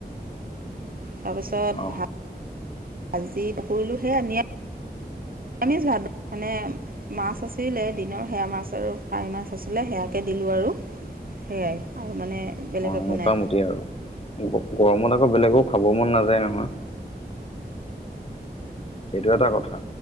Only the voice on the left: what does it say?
অ
অ'
মোটামুটি
আৰু, গৰমত আকৌ বেলেগো খাব মন নাযায় নহয়। সেইটো এটা কথা।